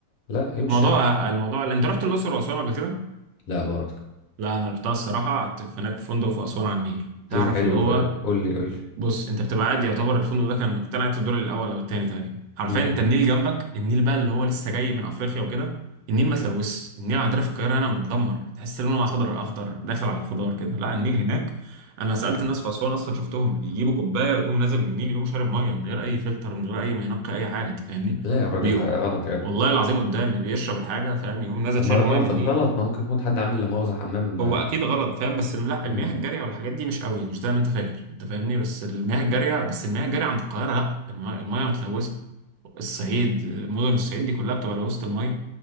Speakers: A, on the left (about 55°); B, on the right (about 80°).
A: لا امشي
B: موضوع
A: يا عم
B: الموضوع اللي انت رحت الاقصر واسوان قبل كده
A: لا بركه
B: لا انا رحتها الصراحه قعدت في هناك في فندق في اسوان على النيل تعرف
A: ايه الحلو
B: اللي هو
A: في... قول لي قول لي
B: بص انت بتبقى قاعد يعتبر الفندق ده كان كنت انا قاعد في الدور الاول او الثاني تقريبا حرفيا
A: مم.
B: انت النيل جنبك النيل بقى اللي هو لسه جاي من افريقيا وكده النيل ما تلوث النيل عندنا في القاهره هنا متدمر تحس لونه اخضر اخضر داخل على الخضار كده لا النيل هناك انا سالت الناس في اسوان اصلا شفتهم بيجيبوا كوبايه ويقوم نازل من النيل يقوم شارب ميه من غير اي فلتر من غير اي ما ينقي اي حاجه انت فاهمني
A: لا يا راجل
B: بيقوم
A: غلط يا جدع
B: والله العظيم قدامي بيشرب الحاجه فاهم يقوم نازل
A: طب
B: شارب
A: ما ده
B: ميه
A: غلط
B: من النيل
A: غلط ما ممكن يكون حد عامل لا مؤاخذة حمام
B: هو
A: آه،
B: اكيد غلط فاهم بس لا المياه
A: مم.
B: الجاريه والحاجات دي مش قوي مش زي ما انت فاكر انت فاهمني بس المياه الجاريه بس المياه الجاريه عند القاهره لا الم- المياه متلوثه الصعيد مدن الصعيد دي كلها بتبقى لوثه المياه